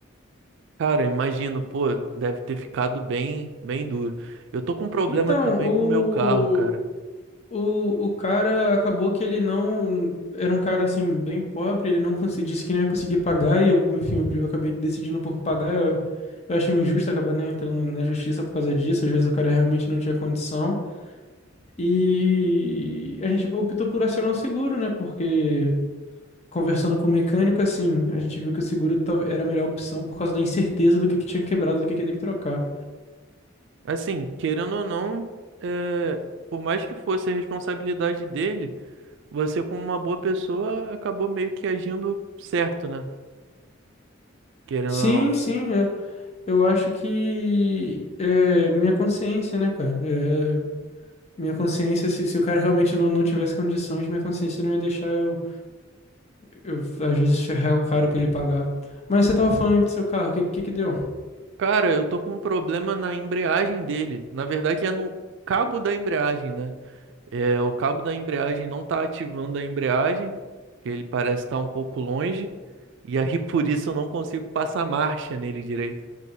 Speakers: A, on the right; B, on the left.
A: Cara, eu imagino, pô, deve ter ficado bem, bem duro. Eu tô com um problema
B: Então,
A: também
B: o,
A: com o meu carro, cara.
B: O, o cara acabou que ele não. Era um cara assim, bem pobre, ele não consegui, disse que não ia conseguir pagar, e eu, enfim, eu acabei decidindo por pagar. Eu, eu acho injusto acabar nem entrando na justiça por causa disso. Às vezes o cara realmente não tinha condição. E a gente optou por acionar o seguro, né? Porque conversando com o mecânico, assim, a gente viu que o seguro tal- era a melhor opção por causa da incerteza do que, que tinha quebrado, do que, que ia ter que trocar.
A: Assim, querendo ou não, é, por mais que fosse a responsabilidade dele. Você, como uma boa pessoa, acabou meio que agindo certo, né? Querendo
B: Sim,
A: ou não.
B: sim, é. Eu acho que é minha consciência, né, cara? é, Minha consciência, se, se o cara realmente não, não tivesse condições, minha consciência não ia deixar eu, eu às vezes, ferrar o cara pra ele pagar. Mas você tava falando aí do seu carro, o que, que que deu?
A: Cara, eu tô com um problema na embreagem dele. Na verdade, é no cabo da embreagem, né? É, o cabo da embreagem não tá ativando a embreagem, porque ele parece estar um pouco longe. E aí, <laughs> por isso, eu não consigo passar marcha nele direito.